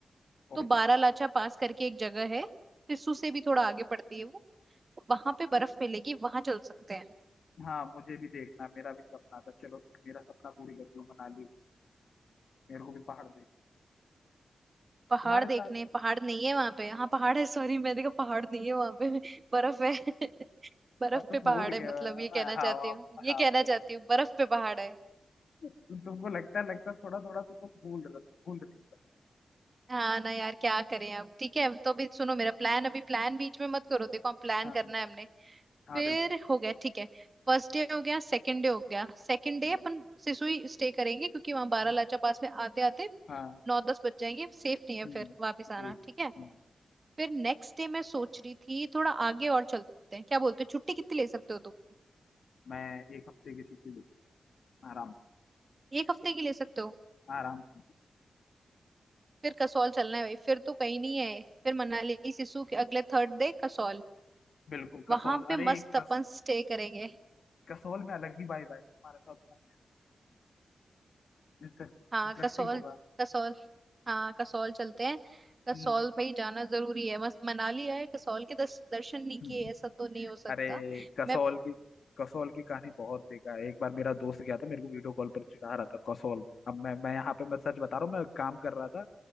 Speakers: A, on the right (about 40°); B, on the left (about 75°).
A: तो
B: ओप्पो
A: बारालाचा पास करके एक जगह है सिस्सू से भी थोड़ा आगे पड़ती है वो वहां पे बर्फ मिलेगी वहां चल सकते हैं
B: हाँ मुझे भी देखना मेरा भी सपना था चलो तुम मेरा सपना पूरी कर दो मनाली मेरे को भी पहाड़ देख
A: पहाड़
B: तुम्हारे
A: देखने
B: साथ
A: पहाड़ नहीं है वहां पे हाँ पहाड़ है सॉरी मैंने कहा पहाड़ नहीं है वहां पे बर्फ है <laughs> बर्फ
B: हाँ, तुम
A: पे पहाड़
B: भूल
A: है
B: गए हो।
A: मतलब ये कहना
B: हाँ
A: चाहती
B: हाँ
A: हूँ ये
B: हाँ
A: कहना
B: भाई
A: चाहती हूँ बर्फ पे पहाड़ है
B: तुम तुमको लगता है लगता है थोड़ा थोड़ा तुम लोग भूल रहे हो तुम भूल रही हो
A: हाँ ना यार क्या करें अब ठीक है तो अभी सुनो मेरा प्लान अभी प्लान बीच में मत करो देखो हम प्लान
B: हाँ
A: करना है हमने
B: हाँ
A: फिर
B: बिल्कुल
A: हो गया ठीक है फर्स्ट डे हो गया सेकंड डे हो गया सेकंड डे
B: हम्म,
A: अपन सिसुई स्टे करेंगे क्योंकि वहां बारालाचा
B: हम्म,
A: पास में आते आते
B: हाँ
A: नौ दस बज जाएंगे सेफ नहीं है
B: हम्म,
A: फिर वापस आना
B: एक
A: ठीक है
B: हम्म,
A: फिर नेक्स्ट डे मैं सोच रही थी थोड़ा आगे और चलते हैं क्या बोलते हो छुट्टी कितनी ले सकते हो तुम
B: मैं एक हफ्ते की छुट्टी लेता हूँ, आराम
A: एक हफ्ते की ले सकते हो
B: आराम से
A: फिर कसौल चलना है भाई फिर तो कहीं नहीं है फिर मनाली सिसु के अगले थर्ड डे कसौल
B: बिल्कुल
A: वहां
B: कसौल
A: पे
B: अरे
A: मस्त अपन
B: कस
A: स्टे करेंगे
B: कसौल में अलग ही वाइब आएगी तुम्हारे साथ घूमने इंटरेस्टिंग
A: हाँ कसौल
B: होगा
A: कसौल हाँ कसौल चलते हैं कसौल
B: हम्म
A: भाई जाना जरूरी है मस्त मनाली आए कसौल के दस, दर्शन नहीं
B: हम्म।
A: किए ऐसा तो नहीं हो सकता
B: अरे कसौल
A: मैं
B: की कसौल की कहानी बहुत बेकार है एक बार मेरा दोस्त गया था मेरे को वीडियो कॉल पर चिढ़ा रहा था कसौल में अब मैं मैं यहाँ पे मैं सच बता रहा हूँ मैं काम कर रहा था